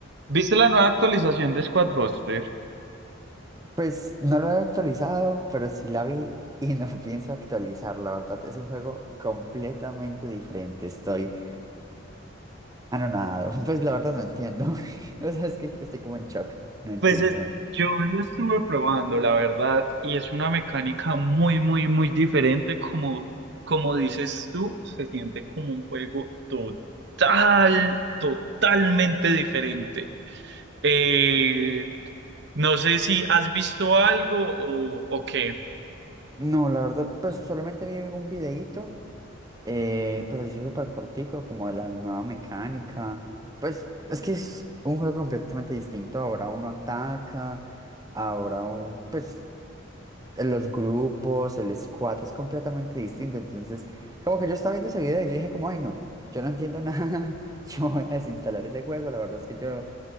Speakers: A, on the right; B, on the right.
A: ¿Viste la nueva actualización de Squadbuster?
B: Pues no lo he actualizado, pero sí la vi y no <laughs> pienso actualizar, la verdad. Es un juego completamente diferente. Estoy anonadado. <laughs> Pues la verdad no entiendo. <laughs> O sea, es que estoy como en shock. No entiendo.
A: Pues es-
B: No,
A: yo lo estuve probando, la verdad, y es una mecánica muy, muy, muy diferente. Como, como dices tú, se siente como un juego total, totalmente diferente. Eh, no sé si has visto algo o, o qué.
B: no, la verdad, pues solamente vi un videíto, eh, pues así súper cortico, como de la nueva mecánica. Pues es que es un juego completamente distinto. Ahora uno ataca, ahora un- pues los grupos, el squat es completamente distinto. Entonces, como que yo estaba viendo ese video y yo dije como, ay no, yo no entiendo nada, <laughs> yo voy a desinstalar ese juego, la verdad es que yo